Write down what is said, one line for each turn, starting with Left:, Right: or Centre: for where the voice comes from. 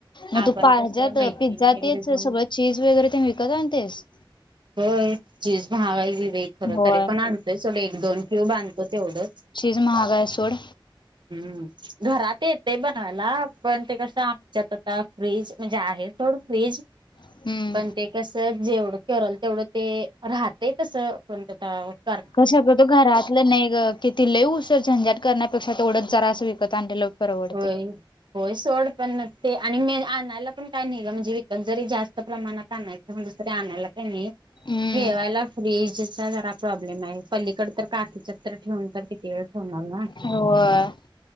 Left: म
Right: आपण
Left: तू पा ह्याज्यात
Right: कसं मैत्रिणी
Left: पिझ्झा
Right: वगैरे
Left: तेच
Right: जाऊन
Left: सगळं चीज वगैरे तेनं विकत आणतेस.
Right: होय चीज महाग हाय वी वय खरं
Left: होय
Right: तरी पण आणतोय सोड एक दोन क्यूब आणतो तेवढं
Left: चीज महाग हाय सोड
Right: हम्म घरात येतय बनवायला पण ते कसं आमच्यात आता फ्रीज म्हणजे आहे सोड फ़्रिज
Left: हम्म
Right: पण ते कसं जेवढं करल तेवढं ते राहतय तसं कोणत <unintelligible>
Left: कशा कतो घरातलं नाई ग किति लय उशर झंझाट करण्यापेक्षा तेवढंच जरा असं विकत आणलेलं परवडते
Right: होय. होय सोड पण ते आणि मी आणायला पण काय नाय ग म्हणजे विकत जरी जास्त प्रमाणात आणाय त म्हणालीस तरी आणायला लागतंय नी
Left: हम्म
Right: ठेवायला फ्रीजचा जरा प्रॉब्लेम हाय पलीकड तर काकीच्यात तर ठेवून तर किती वेळ ठेवणार ना
Left: होय.